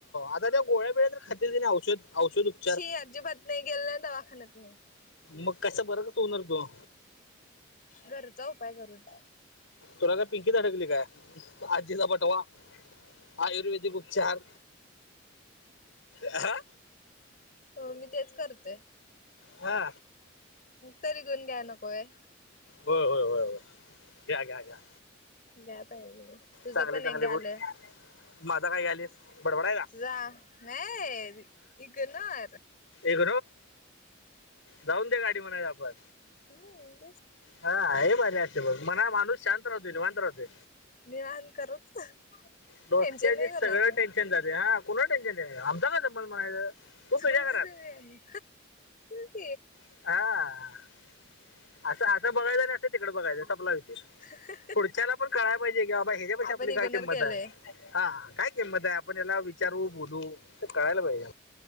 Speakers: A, on the left; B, on the left.
A: आता त्या गोळ्याबेळ्या तर खात तने औषध औषध उपचार
B: ी अजिबात नाही गेले नाही दवाखान्यात म
A: मग कशा बरोरच होणार तो
B: घरचा उपाय करून
A: तुला काय पिंकीचाडकली काय आजीचा पटवा आयुर्वेदिक उपचार. हा.
B: हो मी तेच करते.
A: हा.
B: तरी घऊन घ्या नकोय.
A: होय होय होय होय घ्या घ्या घ्या.
B: ग्या पाहिजे तुझं
A: चांगले
B: पण
A: चांगले
B: एक ग
A: गुड
B: आलं.
A: माझा काही आलीिस बडबडा आहे का?
B: ु जा नाही इगणार.
A: एक जाऊन द गाडी म्हणा आप आपर
B: हम्.
A: हा हे माझ असते बघ मणा माणूस शांत राहते निवांत राहते.
B: निवान करत.
A: डोक्या
B: टेन्शन नाही कोणाचं
A: सगळ्या टेन्नाते हा कु टेन्शन नाही आमचा का संबध म्हणायचं. तू
B: तुम
A: तुझ्या घरात
B: त
A: हा. असं असं बघायचं नस तिकडे बघायं आपलाय.
B: ह.
A: पुढच्याला पण कळाला पाहिजे की बाबा ह्याच्या पेा
B: आपण
A: आपली
B: इग्नोर
A: काय किंमत
B: केलंय
A: आहे. हा काय किंमत आहे आपण याला विचारवू बोलू कळायला पाहिजे.